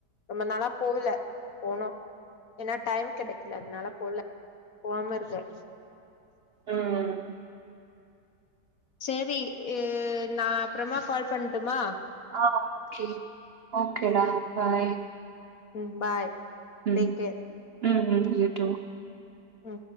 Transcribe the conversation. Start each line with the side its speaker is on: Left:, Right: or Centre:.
Left: ரொம்ப நாளா போகல போனு ஏனா டைம் கெடைக்கல அதனால போல போவாம இருக்க
Right: ம் ம்
Left: சேரி அ நா அப்புறமா கால் பண்ட்டுமா
Right: ஆ ஓகே ஓகே டா பாய்
Left: ம் பாய்
Right: ம்
Left: டேக் கேர்
Right: ம் ம் யூட்டூ
Left: ம்